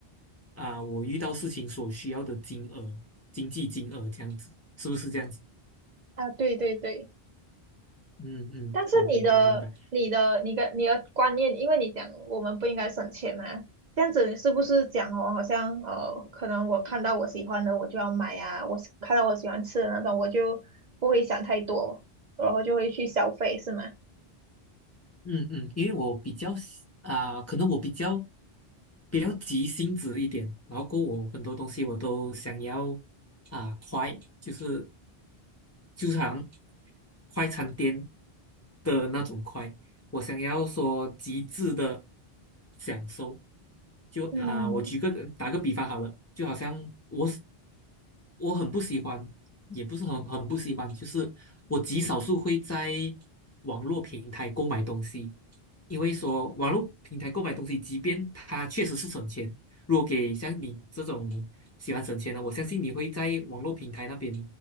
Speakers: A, on the left (about 20°); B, on the right (about 50°).
A: 啊、我遇到事情所需要的金额、经济金额这样子，是不是这样子？
B: 啊，对对对。
A: 嗯嗯，
B: 但是你的、
A: 好，明白明白。
B: 你的、你的、你的观念，因为你讲我们不应该省钱嘛，这样子是不是讲哦？好像呃，可能我看到我喜欢的我就要买啊，我是看到我喜欢吃的那种，我就不会想太多，然后就会去消费，是吗？
A: 嗯嗯，因为我比较喜啊、可能我比较比较急性子一点，然后过后我很多东西我都想要啊、快，就是就像快餐店的那种快，我想要说极致的享受。就啊、
B: 嗯
A: 我举个打个比方好了，就好像我是我很不喜欢，也不是很很不喜欢，就是我极少数会在网络平台购买东西，因为说网络平台购买东西，即便它确实是省钱，如果给像你这种喜欢省钱的，我相信你会在网络平台那边